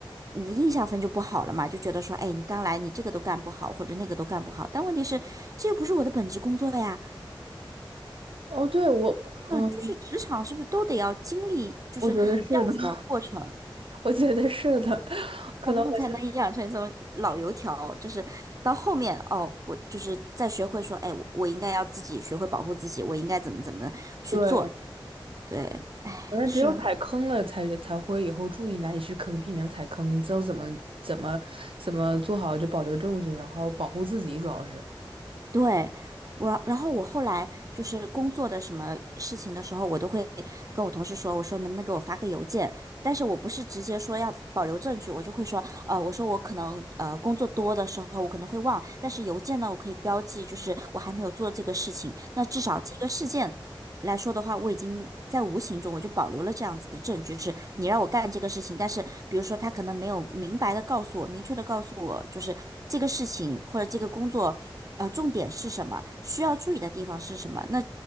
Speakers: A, on the right (about 40°); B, on the right (about 90°).
A: 你的印象分就不好了嘛，就觉得说，哎，你刚来，你这个都干不好，或者那个都干不好。但问题是，这又不是我的本职工作呀。
B: 哦，对，我，
A: 那就是职场是不是都得要经历就是这样子的过程，
B: 嗯，我觉得是的，<laughs> 我觉得是的，<laughs> 可能我现在
A: 然后才能养成一种老油条，就是到后面哦，我就是再学会说，哎，我我应该要自己学会保护自己，我应该怎么怎么去做。
B: 对，
A: 对，
B: 可能只有踩坑了才才会以后注意哪里是坑，
A: 是。
B: 避免踩坑，知道怎么怎么怎么做好就保留证据，然后保护自己，主要是。
A: 对，我，然后我后来就是工作的什么事情的时候，我都会跟我同事说，我说能不能给我发个邮件？但是我不是直接说要保留证据，我就会说，呃，我说我可能呃工作多的时候我可能会忘，但是邮件呢，我可以标记，就是我还没有做这个事情，那至少这个事件来说的话，我已经在无形中我就保留了这样子的证据，是你让我干这个事情，但是比如说他可能没有明白的告诉我，明确的告诉我，就是这个事情或者这个工作，呃，重点是什么，需要注意的地方是什么，那